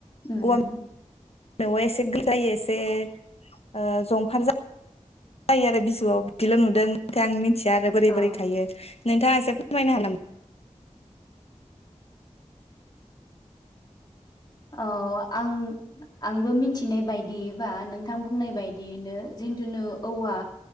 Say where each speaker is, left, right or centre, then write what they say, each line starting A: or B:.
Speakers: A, on the left (about 35°); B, on the left (about 55°).
A: उम
B: औवा देवयआ एसे गोरायै एसे ओ जंफार जायो जायो आरो बिजौआव बिदिल नुदों ओमफ्राय आं मिथि मिथिया आरो बोरै
A: औ
B: बोरै थायो नोंथाङा एसे फोरमायनो हागोन नामा?
A: औ आं आंबो मिथिनाय बायदियैबा नोंथां बुंनाय बायदियैनो जिथुुनु औवा